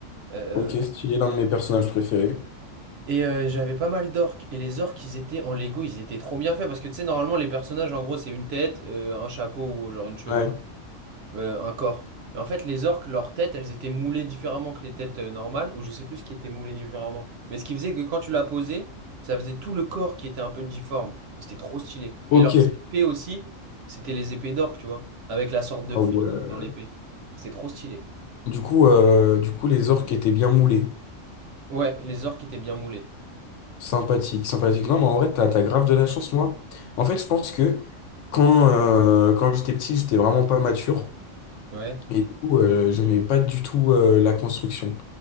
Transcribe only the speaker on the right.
euh,
et euh, j'avais pas mal d'orques. Et les orques, ils étaient en Lego, ils étaient trop bien faits, parce que tu sais, normalement, les personnages, en gros, c'est une tête, euh, un chapeau ou genre une chevelure.
Euh, un corps. Et en fait, les orques, leurs têtes, elles étaient moulées différemment que les têtes euh, normales, ou je sais plus ce qui était moulé différemment. Mais ce qui faisait que quand tu la posais, ça faisait tout le corps qui était un peu difforme. Et C'était trop stylé.
Et leurs épées aussi, c'était les épées d'orques, tu vois, avec la sorte de
fente
dans l'épée. C'était trop stylé.
Ouais, les orques étaient bien moulés.
Ouais.